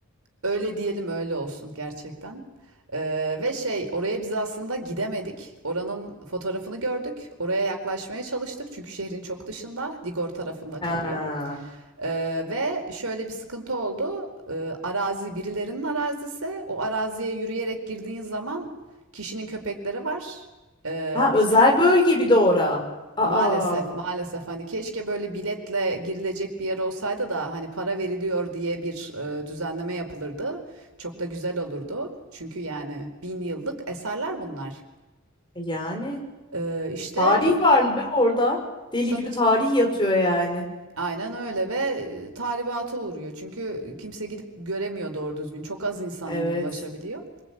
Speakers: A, on the right (about 85°); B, on the left (about 20°).
A: öyle diyelim öyle olsun gerçekten. Ee, ve şey oraya biz aslında gidemedik. Oranın fotoğrafını gördük. Oraya yaklaşmaya çalıştık çünkü şehrin çok dışında, Digor tarafında
B: Ha,
A: kalıyor. Ee, ve şöyle bir sıkıntı oldu. Ee, arazi birilerinin arazisi. O araziye yürüyerek girdiğin zaman kişinin köpekleri var. Ee,
B: ha özel
A: biz üç-
B: bölge bir de ora. Aa,
A: maalesef maalesef hani keşke böyle biletle girilecek bir yer olsaydı da hani para veriliyor diye bir e, düzenleme yapılırdı. Çok da güzel olurdu. Çünkü yani bin yıllık eserler bunlar.
B: yani.
A: Ee, işte
B: Tarih
A: köpek
B: var be orada. Deli
A: tabii
B: gibi tarih yatıyor yani.
A: Aynen öyle ve e, tahribata uğruyor. Çünkü kimse gidip göremiyor doğru düzgün. Çok az insan
B: Evet,
A: hani ulaşabiliyor.